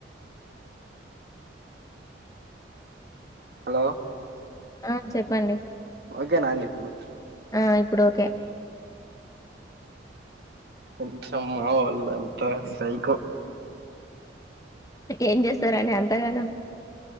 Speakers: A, on the right; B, on the left.
A: హలో
B: ఆ చెప్పండి.
A: ఓకేనాండి ఇప్పుడు
B: ఆ ఇప్పుడు <inaudible>
A: పోచమ్ మా వోళ్లంతా సైకో
B: ఏం జేస్తారని అంతగానమ్